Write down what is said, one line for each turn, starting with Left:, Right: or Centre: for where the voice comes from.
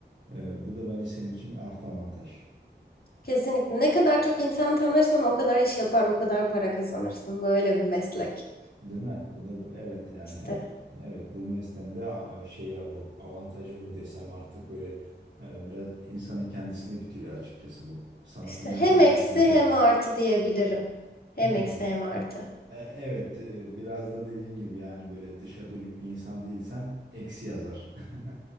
Right: E, bu da bence senin için bir artı avantaj.
Left: Kesinlikle. Ne kadar çok insan tanırsan o kadar iş yapar, o kadar para kazanırsın. Böyle bir meslek.
Right: Değil mi? Bu da bir- evet yani
Left: İşte,
Right: Evet. evet bu mesleğin de a- e, şey ya bu avantajı mı desem artık böyle e, biraz insanın kendisine bitiriyor açıkçası bu. Sanatın
Left: işte hem
Right: ne kadar
Left: eksi
Right: yapabilir.
Left: hem artı diyebilirim. Hem
Right: Hmm.
Left: eksi hem artı.
Right: E, evet e, biraz da dediğin gibi yani böyle dışa dönük bir insan değilsen eksi yazar. <laughs>